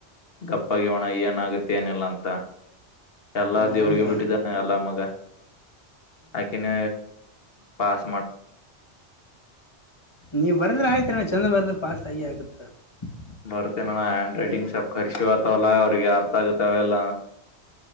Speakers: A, on the left; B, on the left.
A: ಗಾಪ್ಪಾಗಿ ಅಣ್ಣ, ಏನಾಗತ್ತೆ ಎನ್ಯಾಗಿಲ, ಅಂತ? <unintelligible> ಎಲ್ಲಾ,
B: ಹಾ
A: ದೇವ್ರಿಗೆ,
B: ಹೌದಾ
A: ಬಿಟ್ಟಿದ್ದಾನ! ಎಲ್ಲ ಮಗ. <inaudible> I can pass. <unintelligible>
B: ನೀ ಬರೆದರೆ, ಆಯ್ತು, ಅಣ್ಣಾ. <unintelligible> ಚೆಂದ, ಬಾರಿದಾರೆ, ಪಾಸ್, ಆಗಿ ಆಗುತ್ತ! <unintelligible>
A: ಬರ್ತೆೇನಾನ, ಹ್ಯಾಂಡ್ ರೈಟಿಂಗ್ ಸಪ್ ಖರ್ಷಿವತವಲ್ಲ! ಅವ್ರಿಗೆ ಅರ್ಥ ಆಗತಾವಲ್ಲ. <unintelligible>